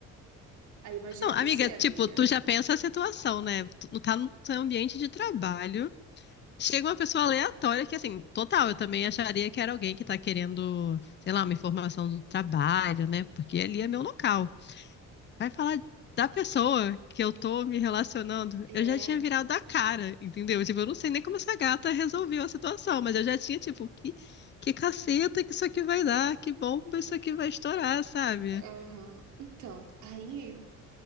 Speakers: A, on the right; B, on the left.
A: Aí imagina
B: Não, amiga,
A: você,
B: tipo,
A: amiga.
B: tu já pensa a situação, né? Tu não tá no teu ambiente de trabalho. Chega uma pessoa aleatória que, assim, total, eu também acharia que era alguém que tá querendo, sei lá, uma informação do trabalho, né? Porque ali é meu local. Vai falar da pessoa que eu tô me relacionando.
A: É,
B: Eu já tinha virado a cara, entendeu? Tipo, eu não sei nem como essa gata resolveu a situação, mas eu já tinha, tipo, que, que caceta que isso aqui vai dar, que bomba isso aqui vai estourar, sabe?
A: aham. Então, aí,